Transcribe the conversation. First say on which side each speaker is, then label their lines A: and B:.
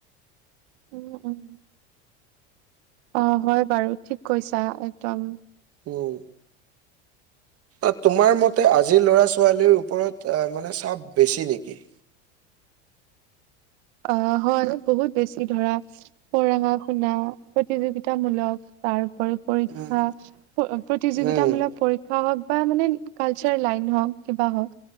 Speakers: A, on the right (about 65°); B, on the right (about 45°).
A: উম, উম। অ'হয় বাৰু ঠিক কৈছা একদম।
B: উম, অ'তোমাৰ মতে আজিৰ লৰা-ছোৱালীৰ ওপৰত আহ, মানে চাপ বেছি নেকি?
A: অ' হয় বহুত বেছি ধৰা পৰাঙা শুনা প্ৰতিযোগিতামূলক তাৰ ওপৰিও পৰীক্ষা
B: উম,
A: <unintelligible> প্ৰতিযোগিতামূলক
B: উম,
A: পৰীক্ষ শিক্ষা হওক বা মানে কালচাৰ লাইন হওক কিবা হওক